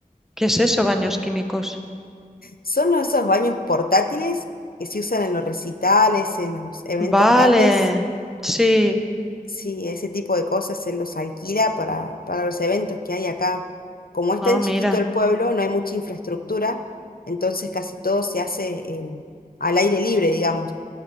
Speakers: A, in the centre; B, on the left.
A: ¿Qué es eso, baños químicos?
B: Son esos baños portátiles que se usan en los recitales, en los eventos
A: Vale,
B: grandes.
A: sí.
B: Sí, ese tipo de cosas se los alquila para, para los eventos que hay acá. Como es
A: Ah,
B: tan
A: mira.
B: chiquito el pueblo, no hay mucha infraestructura, entonces casi todo se hace eh, al aire libre, digamos.